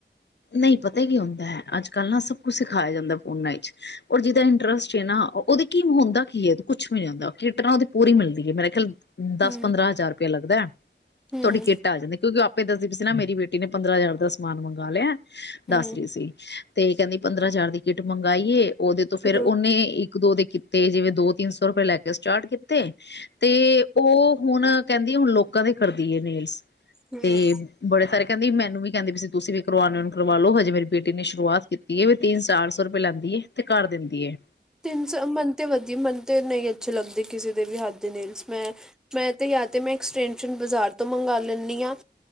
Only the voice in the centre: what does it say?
ਹੂੰ
ਹੂੰ
ਹੂੰ
ਹੂੰ
ਹੂੰ
ਤਿੰਨ ਸੌ ਮਨ ਤੇ ਵਧੀ ਮੈਨੂੰ ਤੇ ਨਹੀਂ ਅੱਛੇ ਲੱਗਦੇ ਕਿਸੇ ਦੇ ਵੀ ਹੱਥ ਦੇ ਨੇਲਸ ਮੈਂ, ਮੈਂ ਤੇ ਜਾਂ ਤੇ ਮੈਂ ਐਕਸਟੈਂਸ਼ਨ ਬਾਜ਼ਾਰ ਤੋਂ ਮੰਗਵਾ ਲੈਂਦੀ ਹਾਂ,